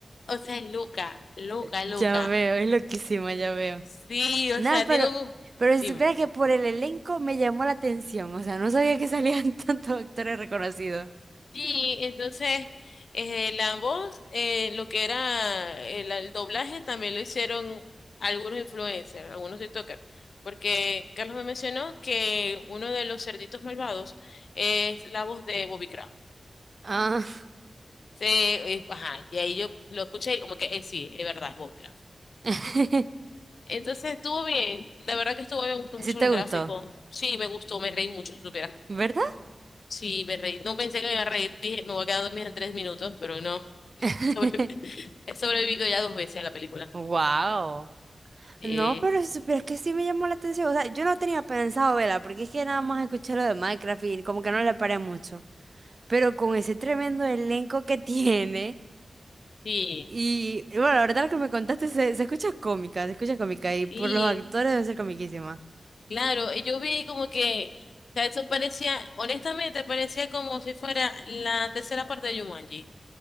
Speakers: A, on the left; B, on the right.
A: O sea, es loca, loca,
B: Ya
A: loca.
B: veo, es loquísima, ya veo.
A: Sí, o
B: Nada,
A: sea,
B: pero,
A: tiene un...
B: pero si
A: Dime.
B: supieras que por el elenco me llamó la atención, o sea, no sabía que salían <laughs> tantos actores reconocidos.
A: Sí, entonces, eh, la voz, eh, lo que era el, el doblaje, también lo hicieron algunos influencers, algunos TikTokers. Porque Carlos me mencionó que uno de los cerditos malvados es la voz de Bobby Craft.
B: Ah,
A: Sí, eh, ajá, y ahí yo lo escuché y como que eh, sí, es verdad, es Bobby Craft.
B: <laughs>
A: Entonces estuvo bien, la verdad que estuvo bien, me gustó
B: sí
A: mucho
B: te
A: los
B: gustó,
A: gráficos. Sí, me gustó, me reí mucho, si supiera.
B: ¿verdad?
A: Sí, me reí. No pensé que me iba a reír, dije, me voy a quedar dormida en tres minutos, pero no.
B: <laughs>
A: Sobre- <laughs> He sobrevivido ya dos veces a la película.
B: Wow.
A: Sí,
B: No, pero si supieras que sí me llamó la atención, o sea, yo no tenía pensado verla, porque es que nada más escuché lo de Minecraft y como que no le paré mucho. Pero con ese tremendo elenco que <laughs> tiene.
A: sí,
B: Y, y bueno, la verdad lo que me contaste se, se escucha cómica, se escucha cómica
A: sí,
B: y por los actores debe ser comiquísima,
A: claro. Y Yo vi como que, o sea, eso parecía, honestamente, parecía como si fuera la tercera parte de Jumanji.